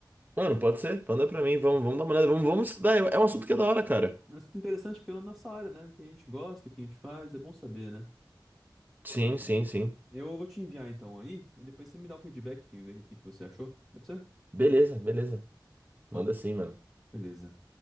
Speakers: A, on the right; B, in the centre.
A: Mano, pode ser, manda pra mim, vamos, vamos dar uma olhada, vamos, vamos estudar, é é um assunto que é da hora, cara.
B: Mas Isso é interessante porque é na nossa área, né? O que a gente gosta, o que a gente faz, é bom saber, né?
A: Sim,
B: Bom,
A: sim, sim.
B: eu vou te enviar então aí, mas depois você me dá o feedback, que- ver o que que você achou, pode ser?
A: Beleza, beleza, manda
B: Bom,
A: sim, mano.
B: beleza.